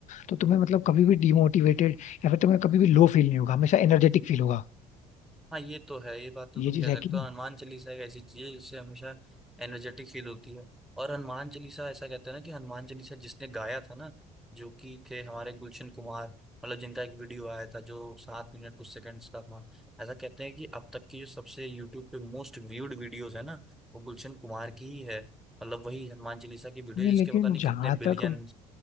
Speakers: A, on the left; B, in the centre.
A: तो तुम्हें मतलब कभी भी डिमोटिवेटेड या फिर तुम्हें कभी भी लो फील नहीं होगा हमेशा एनर्जेटिक फील होगा
B: हाँ ये तो है ये बात तो
A: ये
B: तुम
A: चीज
B: कह
A: है
B: सकते
A: कि नहीं
B: हो हनुमान चालीसा एक ऐसी चीज है जिससे हमेशा एनर्जेटिक फील होती है और हनुमान चालीसा ऐसा कहते हैं ना कि हनुमान चालीसा जिसने गाया था ना जो कि थे हमारे गुलशन कुमार मतलब जिनका एक वीडियो आया था जो सात मिनट कुछ सेकंड्स का था ऐसा कहते हैं कि अब तक की जो सबसे यूट्यूब पे मोस्ट व्यूड वीडियोस है ना वो गुलशन कुमार की ही है मतलब वही हनुमान चालीसा की वीडियो
A: नहीं
B: जिसके
A: लेकिन
B: पता नहीं कितने
A: जहां
B: बिलियन
A: तक